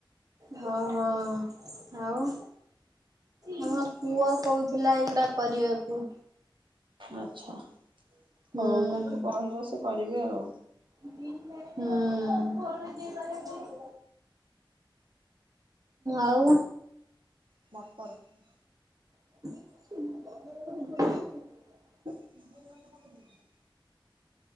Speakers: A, on the right; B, on the right.
A: ହଁ ହଁ ଆଉ। ହଁ ହଁ ପୁଅ କହୁଥିଲା ଏଇଗୁଡା କରିବାକୁ।
B: ଆଛା
A: ହୁଁ।
B: ହଉ ତାଙ୍କୁ କହିବ ସେ କରିବେ ଆଉ।
A: ହୁଁ। ଆଉ।
B: <unintelligible>
A: <inaudible>
B: <unintelligible>